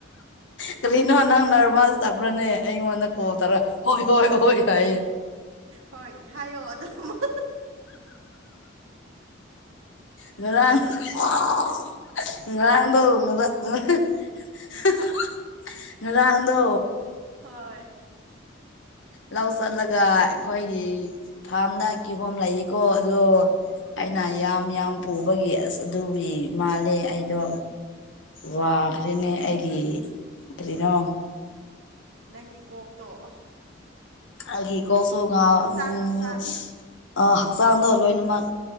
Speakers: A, on the left (about 75°); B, on the right (about 85°).
A: ꯀꯔꯤꯅꯣ ꯅꯪ ꯅꯔꯚꯁ ꯆꯠꯄ꯭ꯔꯅꯦ ꯑꯩꯉꯣꯟꯗ ꯀꯣꯜ ꯇꯧꯔꯦ ꯍꯣꯏ ꯍꯣꯏ
B: ꯅꯠꯇꯦ
A: ꯍꯣꯏ ꯍꯥꯏꯌꯦ
B: ꯍꯣꯏ ꯍꯥꯏꯌꯣ ꯑꯗꯨꯝ <unintelligible>
A: ꯅꯨꯔꯥꯡ <unintelligible> ꯉꯔꯥꯡꯗꯣ ꯉ <unintelligible> ꯉꯔꯥꯡꯗꯣ
B: ꯍꯣꯏ
A: ꯂꯧ ꯆꯠꯂꯒ ꯑꯩꯈꯣꯏꯒꯤ ꯐꯥꯔꯝꯗ ꯀꯤꯍꯣꯝ ꯂꯩꯌꯦꯀꯣ ꯑꯗꯣ ꯑꯩꯅ ꯌꯥꯝ ꯌꯥꯝ ꯄꯨꯕꯒꯤ ꯑꯁ ꯑꯗꯨꯒꯤ ꯃꯥꯂꯦ ꯑꯩꯗꯣ ꯋꯥꯈ꯭ꯔꯦꯅꯦ ꯑꯩꯒꯤ ꯀꯔꯤꯅꯣ
B: ꯅꯪꯒꯤ ꯀꯣꯛꯇꯣ ꯑ
A: ꯑꯩꯒꯤ ꯀ‌ꯣꯛꯁꯨ ꯉꯥꯎ
B: ꯍꯛꯆꯥꯡ
A: ꯎꯝ
B: ꯍꯛꯆꯥꯡ
A: ꯑ ꯍꯛꯆꯥꯡꯗ‌ꯣ ꯂꯣꯏꯅꯃꯛ